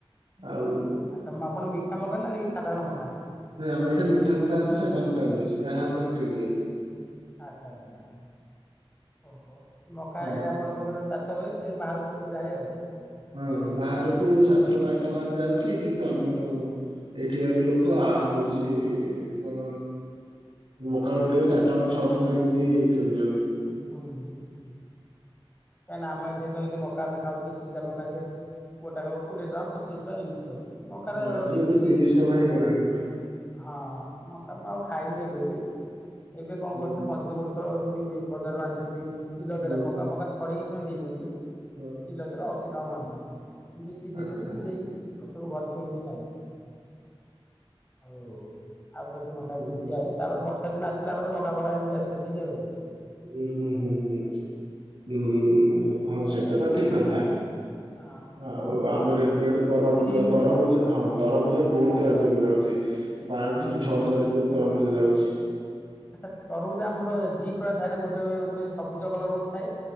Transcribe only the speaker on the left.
ଆଚ୍ଛା, ମ-ଆପଣ ମିଠା ମକା ନା ନାଇଁ ଏଇ ସାଧାରଣ ମକା?
ଆଚ୍ଛା, ଆଚ୍ଛା, ଓହୋ। ମକା
ଏ ଆପଣଙ୍କ ସିଆଡେ ଚାଷ ହୁଏ ସେ ବାହାରକୁ ସବୁ ଯାଏ ଆଉ।
ଓ ହଁ। କାହିଁକି ନା ଆମେ ଏଠି ତ ଏଇଟି ମକା ଆମେ ଖାଉଚେ ସିଜା ମକା ଯେ ଗୋଟାକ କୋଡିଏ ଟଙ୍କା ପଚିଶ ଟଙ୍କା ଏମିସି। ସବୁ ମକା
ର
ଦେଖିକି,
ହଁ। ମକା ମୁଁ ଆଉ ଖାଇନି ଏବେବି। ଏବେ କଣ
କରିଥିନି ମଝିରେ ଗୋଟେ ଥର ଏମତି ବଜାରରୁ ଆଣିଥିଲି କିଲୋ
ଦାରିଆ। ମକା ମକା ଛଡେଇ ସେମାନେ ଦେଇ ଦିଅନ୍ତି
କିଲୋ ଦର ଅଶ ସେଗା ମୁଁ ଆଣିଥିନି। ଯିଏ ସିଜେଇଦେଲୁ
ସିଜେଇକି ମୋର ସବୁ ଘରେ ସବୁ ଏମିତି ଖାଇଲେ। ଆଉ ଆଉ କିଛି ମକା
ଏମିତି ଖିଆ ହେଇ। ତାପରେ ବର୍ଷା ଦିନ ଆସିଲା ପରେ ମକା ଫକା ଏମିତି ଆସିବ ଟିକେ ଆଉ।
ହଁ।
ହୁଁ
ହୁଁ
ଆଚ୍ଛା ତରୁଭୁଜ ଆମର ଦି ପ୍ରକାର ଥାଏ ନା। ଗୋଟେ ଗୋଟେ ସବୁଜ କଲର୍ ଗୋଟେ ଥାଏ।